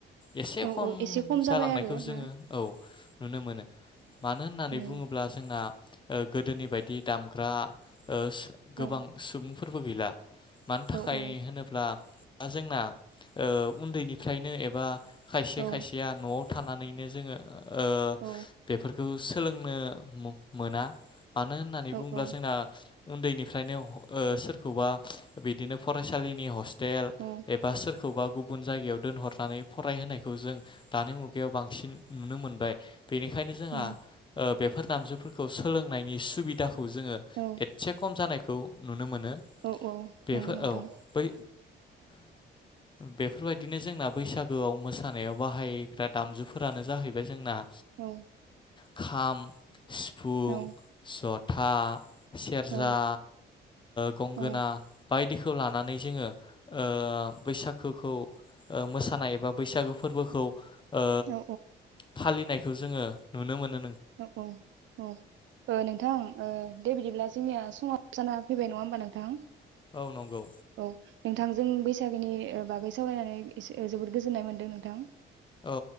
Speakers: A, on the left; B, on the right.
A: एसे
B: औ
A: खम
B: औ एसे खम
A: जालांनायखौ
B: जाबाय आरो
A: जोङो
B: ना
A: औ नुनो मोनो मानो होननानै
B: उम
A: बुङोब्ला जोंना उह गोदोनि बायदि दामग्रा उह सु गोबां
B: औ
A: सुबुं फोरबो गैला। मानि थाखाय
B: औ औ
A: होनोब्ला दा जोंना ओ उन्दैनिफ्रायनो एब बा खायसे
B: औ
A: खायसेया न'आव थानानैनो जोङो ओ
B: औ
A: बेफोर खौ सोलोंबाय आरो मोना। मानो होननानै
B: औ
A: बुङोब्ला
B: औ
A: जोंना उन्दैनिफ्रायनो ओ सोर। बा बिदिनो। फरायसालिनि हस्ट। टेल
B: औ
A: एबा सोरखौबा गुबुन जायगायाव दोनहर <unintelligible> फरायहोनायखौ जों दानि मु जुगायाव बांसिन नुनो मोनदों। फ्राय बेनिखायनो जोंहा
B: उम
A: ओ। बेफोर नामजुफोरखौ सोलोंनायनि सुबिदाखौ। जोङो
B: औ
A: एसे खम जानाय खौ नुनो मोनो
B: औ औ
A: बेफोर
B: नंगौ नोंथां।
A: औ बै बेफोरबायदिनो जोंना बैसागु। गोआव मोसानायाव बाहायग्रा दामजुफोरानो जाहैबाय जोंना
B: औ।
A: खाम सिफुं
B: औ
A: सत था। सेरजा‌
B: औ
A: गंगोना
B: औ
A: ओ बायदि बेखौ लानानै जोङो ओ बैसागोखौ ओ मोसानाय ओ बैसागु फोरबोखौ। ओ
B: औ
A: फालिनाय बेखौ जोङो नुनो मोनो
B: औ औ औ नोंथां दे बिदिब्ला जोंनिया समा जाना फैबाय नङा होमबा नोंथां।
A: औ नंगौ।
B: औ नोंथांजों बैसागोनि ओ बागै सावरायनानै इसे ओ जोबोद गोजोननाय मोनदों नोंथां।
A: औ